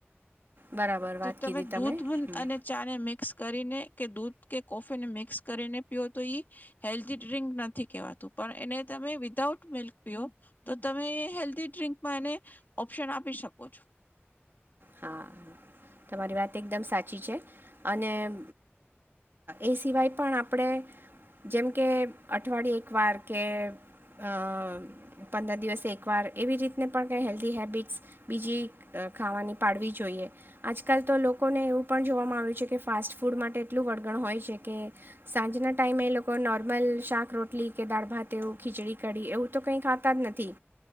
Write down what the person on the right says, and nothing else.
બરાબર
વાત
કીધી
હમ
હા તમારી વાત એકદમ સાચી છે. અને એ મ સિવાય પણ આપડે જેમ કે અઠવાડિયે એક વાર કે અ પંદર દિવસે એકવાર એવી રીતને પણ હેલ્ધી હેબિટસ બીજી ખાવાની પાડવી જોઈએ. આજકાલ તો લોકોને એવું પણ જોવામાં આવ્યું છે કે ફાસ્ટ ફૂડ માટે એટલું વળગણ હોય છે કે સાંજના ટાઈમે એ લોકો નોર્મલ શાક-રોટલી કે દાળ-ભાતએવુ ખીચડી-કઢી એવું તો કંઈ ખાતા જ નથી.